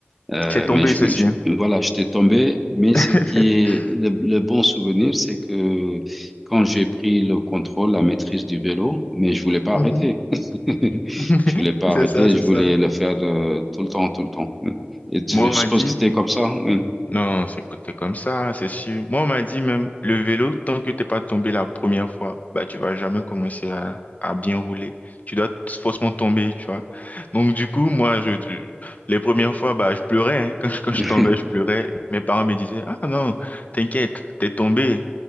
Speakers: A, in the centre; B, on the left.
A: Euh,
B: C'est tombé,
A: mais je,
B: c'est sûr.
A: je- voilà, j'étais tombé. Mais ce
B: <laughs>
A: qui est le, le bon souvenir, c'est que quand j'ai pris le contrôle, la maîtrise du vélo, mais je voulais pas
B: Mhm.
A: arrêter. <laughs>
B: <laughs>
A: Je voulais pas
B: C'est
A: arrêter.
B: ça, c'est
A: Je
B: ça.
A: voulais le faire euh, tout le temps, tout le temps. Et tu-
B: Moi,
A: je
B: on
A: suppose
B: m'a dit,
A: que c'était comme ça. oui.
B: Non, c'est co- c'est comme ça, c'est sûr. Moi, on m'a dit même, le vélo, tant que t'es pas tombé la première fois, bah, tu vas jamais commencer à, à bien rouler. Tu dois t- forcément tomber, tu vois. Donc, du coup, moi, je, je- les premières fois, bah, je pleurais, hein. <laughs> Quand je, quand
A: <laughs>
B: je tombais, je pleurais. Mes parents me disaient, ah non, t'inquiète, t'es tombé.